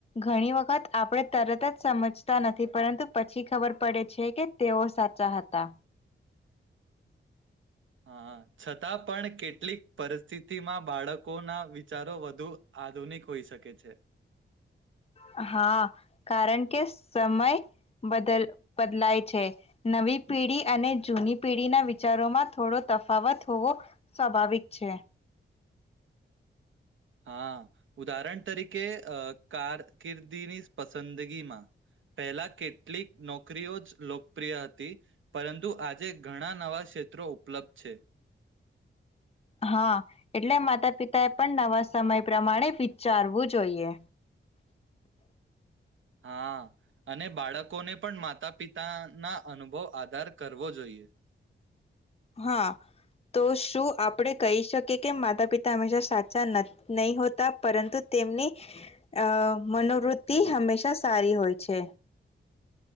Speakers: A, on the left (about 30°); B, on the right (about 75°).
A: ઘણી વખત. આપણે તરત જ સમજતા નથી પરંતુ પછી ખબર પડે છે કે તેઓ સાચા હતા.
B: હા છતાં પણ કેટલીક પરિસ્થિતિમાં બાળકોના વિચારો વધુ આધુનિક હોઈ શકે છે.
A: હા કારણ કે સમય બદલાય છે નવી પેઢી અને જૂની પેઢીના વિચારોમાં થોડો તફાવત હોવો સ્વાભાવિક છે.
B: હા ઉદાહરણ તરીકે કારકિર્દીની પસંદગીમાં પહેલા કેટલીક નોકરીઓ જ લોકપ્રિય હતી પરંતુ આજે ઘણા નવા ક્ષેત્રો ઉપલબ્ધ છે.
A: હા એટલે માતા પિતાએ પણ નવા સમય પ્રમાણે વિચારવું જોઈએ.
B: હા અને બાળકોને પણ માતા પિતાના અનુભવ આધાર કરવો જોઈએ.
A: હા તો શું આપણે કહી શકીએ કે માતા પિતા હંમેશા સાચા નહી હોતા પરંતુ તેમની અ મનોવૃત્તિ હંમેશા સારી હોય છે.